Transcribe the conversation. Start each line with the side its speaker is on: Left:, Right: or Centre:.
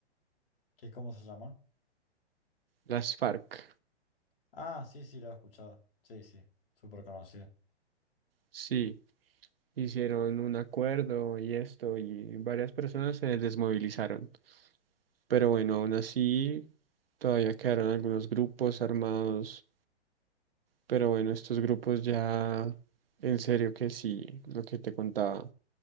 Left: ¿Qué, cómo se llama?
Right: las FARC.
Left: Ah, sí, sí, lo he escuchado. Sí, sí, súper conocido.
Right: Sí, hicieron un acuerdo y esto, y varias personas se desmovilizaron. Pero bueno, aún así todavía quedaron algunos grupos armados. Pero bueno, estos grupos ya, en serio que sí, lo que te contaba,